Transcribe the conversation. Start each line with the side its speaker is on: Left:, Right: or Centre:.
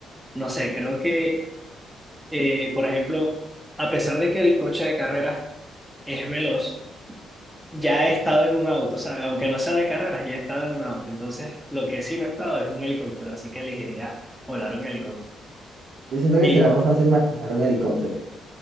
Centre: No sé, creo que Eh, por ejemplo, a pesar de que el coche de carreras es veloz, ya he estado en un auto, ¿sabes? Aunque no sea de carreras, ya he estado en un auto. Entonces, lo que sí no he estado es en un helicóptero, así que elegiría volar un helicóptero.
Right: Yo siento que
Centre: Y
Right: será más fácil manejar un helicóptero.